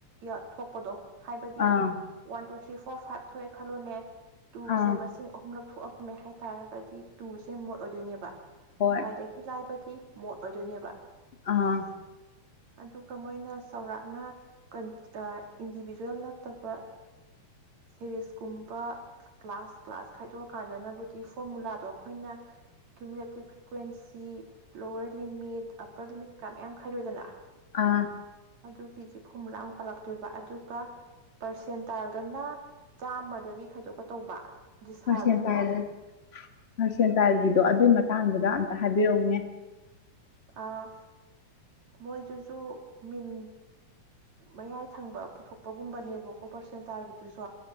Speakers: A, on the right; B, on the left.
A: ꯌꯥꯠ ꯊꯣꯛꯄꯗꯣ ꯍꯥꯏꯕꯗꯤ
B: ꯑꯥ
A: one two three three four five ꯊꯣꯛꯑꯦ ꯈꯜꯂꯣꯅꯦ ꯇꯨ
B: ꯑꯥ
A: ꯁꯦ ꯃꯁꯤꯡ ꯑꯍꯨꯝꯂꯛ ꯊꯣꯛꯑ ꯃꯦ ꯍꯥꯏꯇꯥꯔꯒꯗꯤ ꯇꯨꯁꯦ ꯃꯣꯠ ꯑꯣꯏꯗꯣꯏꯅꯦꯕ
B: ꯍꯣꯏ
A: ꯈ꯭ꯋꯥꯏꯗꯒꯤ ꯂꯥꯏꯕ ꯇꯤ ꯃꯣꯠ ꯑꯣꯏꯗꯣꯏꯅꯦꯕ꯫
B: ꯑꯥ꯫
A: ꯑꯗꯨꯒ ꯃꯣꯢꯅ ꯆꯧꯔꯥꯛꯅ ꯀꯟ <unintelligible> ꯏꯟꯗꯤꯚꯤꯖ꯭ꯋꯦꯜ ꯅꯠꯇꯕ ꯁꯦꯔꯤꯁ ꯀꯨꯝꯕ ꯀ꯭ꯂꯥꯁ ꯀ꯭ꯂꯥꯁ ꯈꯥꯏꯗꯣꯛꯑꯀꯥꯟꯗꯅꯕꯨꯗꯤ ꯐꯣꯔꯃꯨꯂꯥꯗꯣ ꯑꯈꯣꯏꯅ cumulative frequency, lower limit upper limit ꯀꯩꯀꯥ ꯃꯌꯥꯝ ꯈꯥꯏꯗꯣꯛꯏꯗꯅ꯫
B: ꯑꯥ꯫
A: ꯑꯗꯨꯒꯤꯗꯤ ꯐꯣꯃꯨꯂꯥ ꯑꯃꯨꯛ ꯄꯥꯜꯂꯛ ꯇꯨꯏꯕ ꯑꯗꯨꯒꯥ ꯄꯔꯁꯦꯟꯇꯥꯏꯜꯗꯅ ꯆꯥꯝꯃꯗꯒꯤ ꯈꯥꯏꯗꯣꯛꯀ ꯇꯧꯕ꯫ ꯗꯤꯁꯥꯜꯗꯅ
B: ꯄꯔꯁꯦꯟꯇꯥꯢꯜ ꯄꯔꯁꯦꯟꯇꯥꯢꯜꯒꯤꯗꯣ ꯑꯗꯨꯏ ꯃꯇꯥꯡꯗ <unintelligible> ꯑꯝꯇ ꯍꯥꯏꯕꯤꯔꯛꯎꯅꯦ꯫
A: ꯑꯥ ꯃꯣꯢꯖꯨꯖꯨ ꯃꯤꯟ ꯃꯌꯥꯢ ꯊꯪꯕ ꯄꯨꯊꯣꯛꯄꯒꯨꯝꯕꯅꯦꯕꯀꯣ ꯄꯔꯁꯦꯟꯇꯥꯢꯜꯒꯤꯗꯨꯖꯨ꯫